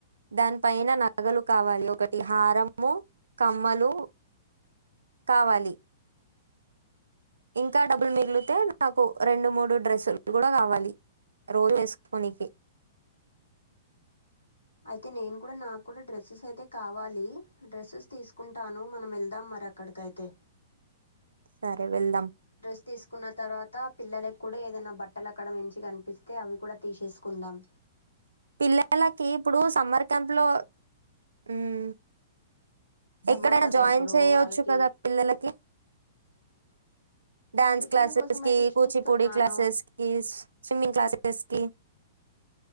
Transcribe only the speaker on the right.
దాని పైన నగలు కావాలి ఒకట్ హారము కమ్మలు కావాలి ఇంకా డబ్బులు మిగిలితే నాకు రెండు మూడు డ్రెస్సులు కూడా కావాలి రోజు వేస్కోనికి
సరే వెళ్దామ్
పిల్లలకి ఇప్పుడు సమ్మర్ క్యాంప్లో ఉమ్
ఎక్కడనా
జాయిన్
చేయొచ్చు
కదా పిల్లలకి డ్యాన్స్
క్లాసెస్కి
కూచిపూడి క్లాసెస్కి స్విమ్మింగ్ క్లాసెస్కి